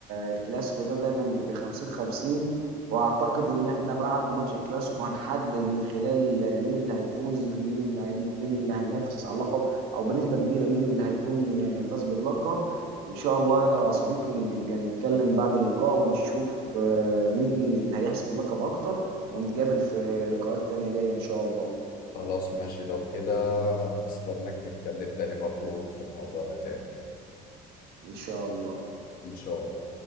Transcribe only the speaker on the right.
الكلاسيكو ده دايما بيبقى 50 50 واعتقد ان احنا بعد ماتش الكلاسيكو هنحدد من خلال مين اللي هيفوز مين اللي هي... مين اللي هينافس على اللقب او بنسبه كبيره مين اللي هيكون فاز باللقب ان شاء الله يا صديقي نبقى نتكلم بعد اللقاء ونشوف آه، مين اللي هيحسم اللقب اكتر ونتقابل في لقاءات تانية جايه ان شاء الله
ان شاء الله